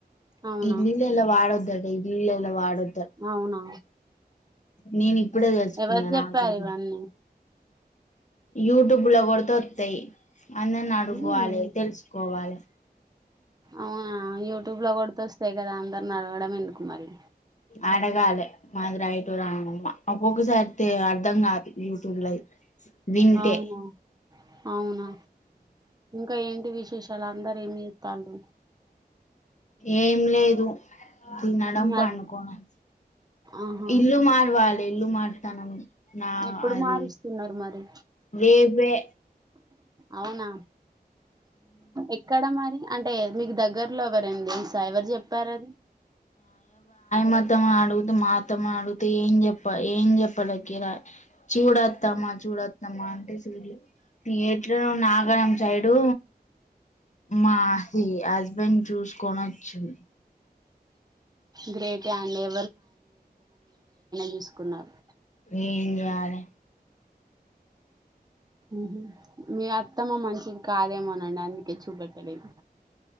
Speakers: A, on the right; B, on the left.
A: అవునా
B: ఇడ్లి ల్లా వాడద్దోండి ఇడ్లిల్ల వాడద్
A: అవునా
B: నేను ఇప్పుడే తెలుసుకున్నా
A: ఎవరు చెప్పారు
B: నాగిరి
A: ఇవన్నీ
B: యూట్యూబ్ లో కొడితే వత్తాయి. అందరిని అడుకోవాలి
A: ఉమ్,
B: తెలుసుకోవాలి
A: అవునా యూట్యూబ్ లో కొడుతే వస్తాయి కదా అందరిని అడగడం ఎందుకు మరి?
B: అడగాలి మాది రైటూ రాంగ్మ్మా ఒక్కొక్కసారితే అర్ధం కాదు యూట్యూబ్ లై వింటే
A: అవునా అవునా ఇంకా ఏంటి విశేషాలు అందరూ ఏం చేత్తళ్ళు?
B: ఏం లేదు తినడం,
A: మీ హస్
B: పండుకోడం
A: ఆహా
B: ఇల్లు మారవాలి ఇల్లు మారుతానం నా
A: ఎప్పుడు
B: అది
A: మారుస్తున్నారు మరి
B: మీవే
A: అవునా ఎక్కడ మరి అంటే మీకు దగ్గర్లో ఎవరండి సైవరు చెప్పారని
B: మతం అడుగుత మతం అడుగుతే ఏం చెప్ప ఏం చెప్పాలకి రా చూడ వత్తమా మా చూడొద్దమ్మా అంటే చూళ్ళే ఎట్లనో నాగరం సైడు మాహి హస్బెండ్ చూసుకొని వచ్చింది
A: గ్రేటే అండి ఏ చూసుకున్నారు
B: ఎంజాలే
A: ఉమ్ మీ అత్తమ్మ మంచిది కాదేమోనండి అందుకే చూపెట్టలేదు.